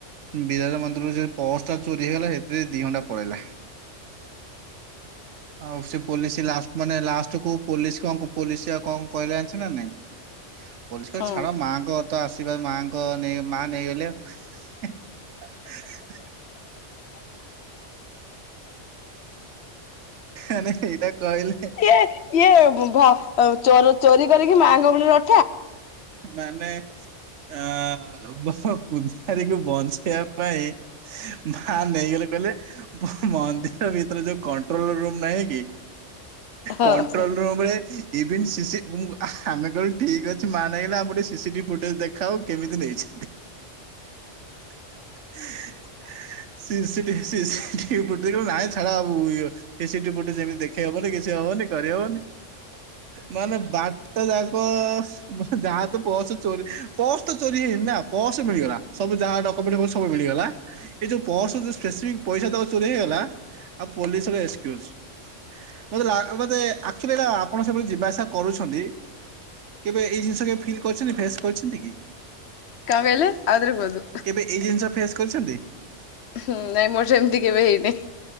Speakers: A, on the right (about 75°); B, on the left (about 65°).
A: ବିରଜା ମନ୍ଦିରରୁ ସେ। ପର୍ସ ଟା ଚୋରି ହେଇଗଲା ସେଥିରେ ଦି ଘଣ୍ଟା ପଳେଇଲା। ଆଉ ସେ ପୋଲିସି ଲାସ ମାନେ ଲାଷ୍ଟ କୁ ପୋଲିସ କଁ କୁ ପୋଲିସି ଆଉ କଁ କହିଲା ଜଣିଛନ୍ତି ନା ନାଇଁ। ପୋଲିସ କହିଲା
B: ହଁ।
A: ଛାଡ ମା ଙ୍କ ତ ଆଶିର୍ବାଦ ମା ଙ୍କ ନେଇ ମା ନେଇ ଗଲେ ଆଉ। <inaudible> ଆରେ ଏଇଟା। କହିଲେ
B: ଇଏ ଇଏ ଭ ଅ ଚୋ ଚୋରି କରିକି ମାଆଙ୍କ ଭୋଳିବ।
A: ମାନେ ଆ ବ ପୂଜାରୀକୁ ବଞ୍ଚେଇବା ପାଇଁ ମା ନେଇଗଲେ କହିଲେ। ମ ମନ୍ଦିର ଭିତରେ ଯୋଉ କଣ୍ଟ୍ରୋଲ ରୁମ୍ ନାହିଁ କି।
B: ହଁ।
A: କଣ୍ଟ୍ରୋଲ ରୁମରେ ଇଭିନ୍ ସି ସି ମୁଁ ଆମେ କହିଲୁ। ଠିକ୍ ଅଛି ମା ନେଇଗଲେ ଆମ କୁ ଟିକେ ସିସି ଟିଭି ଫୁଟେଜ ଦେଖାଅ କେମିତି ନେଇଛନ୍ତି। <inaudible> ସିସି ଟିଭି ସିସି ଫୁଟ ଦେଖେ କହିଲେ ନାହିଁ ଛାଡା ଆଉ ଇଏ। ସିସି‌ ଟିଭି ଫୁଟେଜ ଏମିତି ଦେଖେଇ ହବନି କିଛି ହବନି କରି ହବନି। ମାନେ ବାଟ ଯାଙ୍କ। ଯାହା ତ ପସ ଚୋରି ପସ ତ ଚୋରି ହେଇନି ନା ପର୍ସ ମିଳିଗଲା ସବୁ ଯାହା ଡ କୋମେଣ୍ଟ ସବୁ ମିଳିଗଲା ଏଇ ଯୋଉ ପର୍ସ ରୁ ଯୋଉ ସ୍ପେସିଫିକ ପଇସା ତକ ଚୋରି ହେଇଗଲା ଆଉ ପୋଲିସ। ଏସ୍କ୍ୟୁଜ୍‌ ମତେ ଲାଘ ପଦେ ଆକ୍‌ଚ୍ବାଲି ଏଟା ଆପଣ ସେପଟେ ଯିବା ଆସିବା କରୁଛନ୍ତି। କେବେ ଏଇ ଜିନିଷ କେବେ ଫିଲ୍ କରିଛନ୍ତି ଫେସ୍ କରିଛନ୍ତି କି
B: କଣ କହିଲେ ଆଉଥରେ କୁହନ୍ତୁ?
A: କେବେ ଏଇ ଜିନିଷ ଫେସ୍ କରିଛନ୍ତି
B: ହୁଁ ନାଇଁ ମୋର ସେମିତି କେବେ ହେଇନି